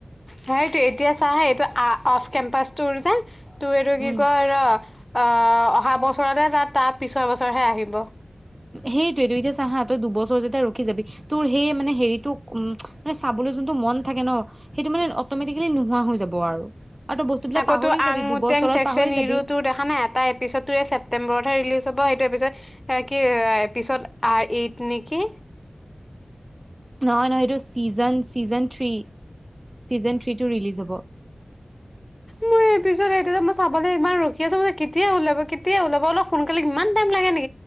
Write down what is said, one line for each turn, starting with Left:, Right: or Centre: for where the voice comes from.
Left: সেইটো এতিয়া চা হা এইটো অফ, কেম্পাটোৰ যে- তু, এইটো কি
Right: উম
Left: কয় ৰ অ, অহা বছৰতে, যাত তাৰ পিছৰ, বছৰহে আহিব।
Right: সেইটোয়েই, তই এতিয়া চা হা তই দুবছৰ, যেতিয়া ৰখি যাবি, তোৰ সেই মানে হেৰিটো, উ, ম, চাবলৈ যোনটো মন থাকে, ন সেইটো মানে অটমেটিকেলি, নোহোৱা হৈ যাব আৰু তই বস্তুবিলাক
Left: আকৌ‌
Right: পাহৰি যাবি
Left: আং মোটেং
Right: দুবছৰত
Left: চছেকচন
Right: পাহৰি যাবি
Left: ইৰটো, দেখা নাই, এটা এপিচড টোৱে ছেপটেম্বৰত, হে ৰিলিজ হব। সেইটো এপিচড- এ, কি, পিছত, আ এইত নেকি?
Right: নহয়, নহয়, এইটো ছিজন, ছিজন থ্ৰী, ছিজন থ্ৰীটো ৰিলিজ হ'ব।
Left: মই এপিচড সেইটোকে মই, চাবলৈ ইমান ৰখি আছো, মানে কেতিয়া ওলাব, কেতিয়া ওলাব, অলপ সোনকালে, ইমান টাইম লাগে নে-